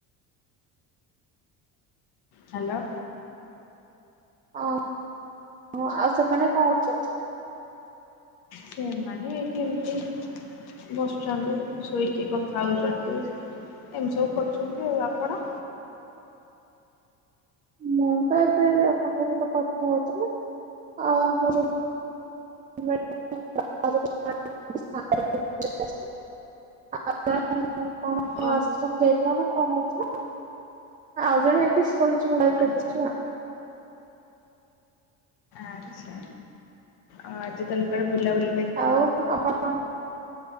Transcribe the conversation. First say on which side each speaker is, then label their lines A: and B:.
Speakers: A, on the left; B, on the right.
A: ହାଲୋ।
B: ହଁ ହଁ ଆଉ ସେମାନେ କଣ କରୁଚନ୍ନ୍ତି?
A: ସେମାନେ ଏଇଠି ଏମିତି ବସ୍ଛନ୍ତି ଶୋଇକି କଥା ହଉନ୍ତି। ଏମତି ସବୁ କରୁଚନ୍ତି ଆଉ ଆପଣ?
B: ମୁଁ ତ ଏବେ ଆପଣଙ୍କ ସହିତ କଥା ହଉ ଥିଲି ଆଉ ଆମର <unintelligible> ଆ କ <unintelligible> ଣ ଆଶ୍ରମ ଯାଇଥିଲା ନା
A: ଓ
B: କଣ ହେଉଥିଲା? ଆଉ ଜଣେ ଏଟି କରିଚି ମୋବାଇଲ
A: ଆଚ୍ଛା
B: ଦେଖୁଚି ଆଉ।
A: ଆଚ୍ଛା
B: ହୁଁ।
A: ଆଉ ତାହାଲେ କୁଆଡେ ବୁଲା ବୁଲି
B: ଆଉ ଆପଣ